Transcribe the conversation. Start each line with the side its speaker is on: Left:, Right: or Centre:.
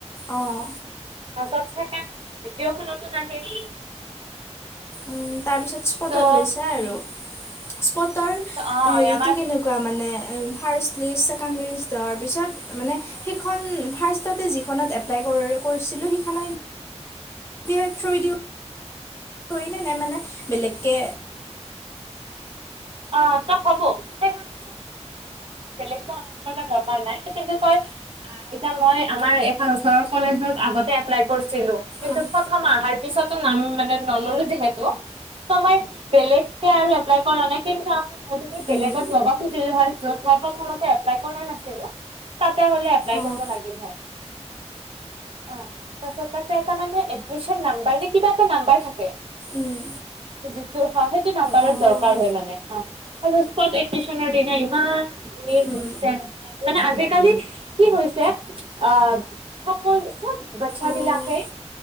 Left: অঁ
Right: পইছা যে কাক অকেইখনতে নাহিল
Left: উম। তাৰপিছত স্পটত
Right: ত' তাৰপিছত
Left: লৈছা আৰু। স্পটৰ
Right: অ
Left: হেৰিটো
Right: আমাৰ
Left: কেনেকুৱা মানে। ফাৰ্ষ্ট লিষ্ট ছেকেণ্ড লিষ্ট তাৰপিছত মানে সেইখন ফাৰ্ষ্টতে যিখনত এপ্লাই কৰি কৰিছিলোঁ সেইখনত থ্ৰ দিওঁ। ন নে মানে বেলেগ কে।
Right: অ ত কব সেইকাৰনে। লেগ ন কিন্তু তই আইতা লৈ আমাৰ এখন ওচৰৰ কলেজ আগতে এপ্লাই কৰিছো। ছিলো কিন্তু
Left: অঁ
Right: প্ৰথম আহাৰ। পিছতো নাম মানে নললো যিহেতু ত মই বেলেগকৈ আৰু এপ্লাই কৰা মানে। কি যদি বেলেগত
Left: উম
Right: নবা খুজি হয় যত জাইপ সুলোতে। ট্টাই কৰা নাছিলো তাতে হ'লে এপ্লাই
Left: অঁ
Right: কৰিব লাগিল হয় অ পাছত তাতে এটা মানে এডমিচন নাম্বাৰ নে কিবা এটা নাম্বাৰ থাকে
Left: উম
Right: যিতু হয় সিতু নাম্বাৰত
Left: অঁ
Right: দৰকাৰ হয় মানে অ আৰু্ ইস্পছ এডমিছনৰ দিনা ইমান এই
Left: উম
Right: গছে নহয় মানে আজিকালি কি হৈছে আহ সকলো চব বাছা
Left: অঁ
Right: বিলাকে